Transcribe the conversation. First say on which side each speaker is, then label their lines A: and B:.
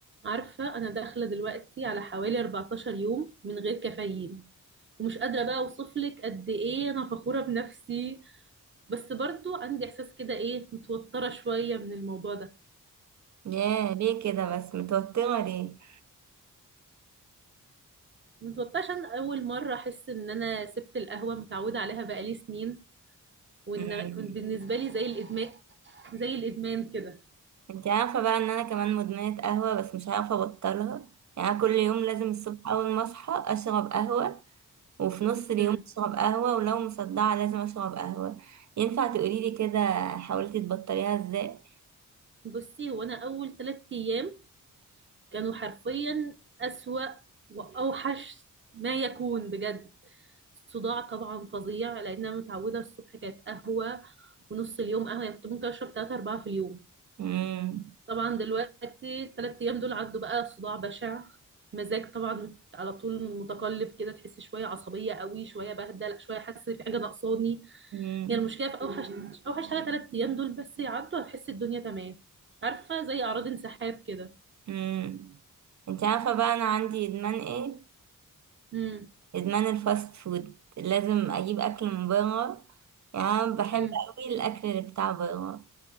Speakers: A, on the right (about 35°); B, on the right (about 60°).
A: عارفة أنا داخلة دلوقتي على حوالي 14 يوم من غير كافيين ومش قادرة بقى أوصفلك قد إيه أنا فخورة بنفسي بس برضو عندي إحساس كده إيه متوترة شوية من الموضوع ده
B: ياه ليه كده بس متوترة ليه
A: متوترة عشان أول مرة أحس إن أنا سبت القهوة متعودة عليها بقالي سنين وإن
B: مم.
A: كنت بالنسبة لي زي الإدمان زي الإدمان كده
B: انت عارفة بقى ان انا كمان مدمنة قهوة بس مش عارفة ابطلها يعني أنا كل يوم لازم الصبح اول ما اصحى اشرب قهوة وفي نص اليوم
A: أمم.
B: اشرب قهوة ولو مصدعة لازم اشرب قهوة ينفع تقوليلي كده حاولتي تبطليها ازاي
A: بصي هو أنا أول ثلاث أيام كانوا حرفيا أسوأ وأوحش ما يكون بجد صداع طبعا فظيع لان انا متعوده الصبح كانت قهوه ونص اليوم قهوه يعني كنت ممكن اشرب 3 4 في اليوم
B: مم.
A: طبعا دلوقتي الثلاث ايام دول عدوا بقى صداع بشع مزاج طبعا على طول متقلب كده تحس شويه عصبيه قوي شويه بهدل شويه حاسه في حاجه ناقصاني
B: مم.
A: يعني المشكله في اوحش اوحش حاجه ثلاث ايام دول بس يعدوا هتحس الدنيا تمام عارفه زي اعراض انسحاب كده
B: مم. انت عارفة بقى انا عندي ادمان ايه
A: امم
B: ادمان الفاست فود لازم اجيب اكل من بره يعني أنا بحب
A: امم
B: قوي الاكل اللي بتاع بره